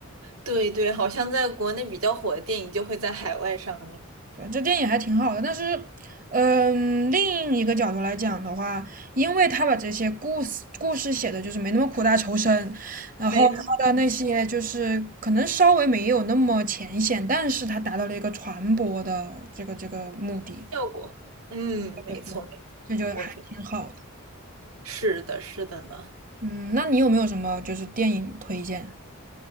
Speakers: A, on the right; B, on the right.
A: 对对，好像在国内比较火的电影就会在海外上映，
B: 对，这电影还挺好的，但是，嗯，另一个角度来讲的话，因为他把这些故事故事写的就是没那么苦大仇深，然后他的那些就是可能稍微没有那么浅显，
A: 没错，
B: 但是他达到了一个传播的这个这个目的，
A: 效果。嗯，没错没错，
B: 对对，这就还挺好的。
A: 我觉是的，是的呢。
B: 嗯，那你有没有什么就是电影推荐？